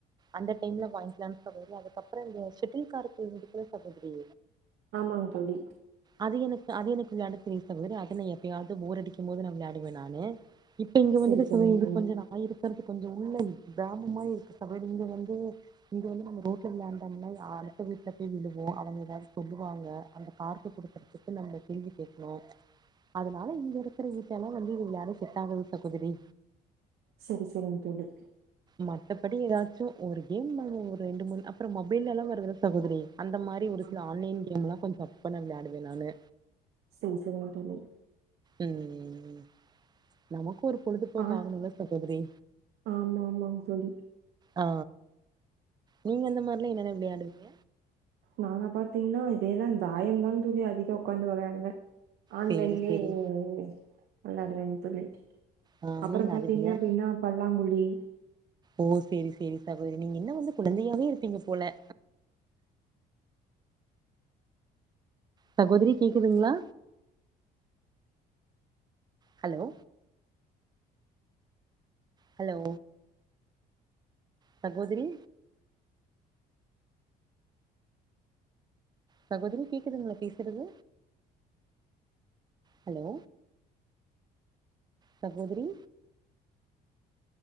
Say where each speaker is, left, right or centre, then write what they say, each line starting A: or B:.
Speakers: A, on the right; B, on the right.
A: அந்த டைம்ல வாங் லாம் சகோதரி அதுக்கப்றோ இந்த செட்டில்கார்க்கு வந்துக்குள்ள சகோதரி
B: ஆமாங் தோழி
A: அது எனக்கு அது எனக்கு விள்யாட தெரியோ சகோதரி அத நா எப்பயாவ்து போர் அடிக்கு போது நா விள்யாடுவ நானு இப்ப இங்க வந்துட்டு
B: சரி சரிங்க
A: சகோதிரி
B: தோழி
A: கொஞ்ச நா இருக்கறது கொஞ்சோ உள்ள கிராம மாரி இருக்கு சகோதிரி இங்க வந்து இங்க வந்து நம்ம ரோட்ல விளாண்டோம்னா அடுத்த வீட்ல போய் விழுவோ அவங்க எதாவ்து சொல்லுவாங்க அந்த கார்க் எட்த்து குடுக்கறதுக்கு நம்ப கேள்வி கேக்கணு அதனால இங்க இருக்கிற வீட்டல்லா வந்து விள்யாட செட் ஆகாது சகோதிரி
B: செரி செரிங் தோழி
A: மத்தபடி எதாச்சு ஒரு கேம் வந்து ஒரு ரெண்டு மூணு அப்றோ மொபைல்லல்லா வருதுல சகோதரி அந்த மார் ரி ஒரு
B: ஆ
A: பிளானிங் கேம்லா கொஞ்சோ டஃப் பண்ண வெள்யாடுவ நானு
B: செர் செரிங்க தோழி
A: ம் நமக்கு ஒரு பொழுதுபோக்கு
B: ஆ
A: ஆகணும்ல சகோதரி
B: ஆமா ஆமாங்க தோழி
A: ஆ நீங்க அந்த மாரிலா என்னென்ன விள்யாடுவீங்க
B: நாங்க பாத்தீங்ன்னா இதேதா தாயம் தா தோழி அதிக உக்காந்து வெள்யாடுவ ஆன்லைன்லே
A: சேரி சேரி
B: ஓ ஓ வெள்ளாடுவ தோழி
A: ஆ
B: அப்புறம்
A: நீங்க
B: பாத்தீங்க
A: அது விளயா
B: அப்டின்னா பல்லாங்குழி
A: ஓ சேரி சேரி சகோதரி நீங்க இன்னு வந்து குழந்தையாவே இருப்பீங்க போல சகோதரி கேக்குதுங்களா ஹலோ ஹலோ சகோதரி சகோதரி கேக்குதுங்களா பேசுறது ஹலோ சகோதிரி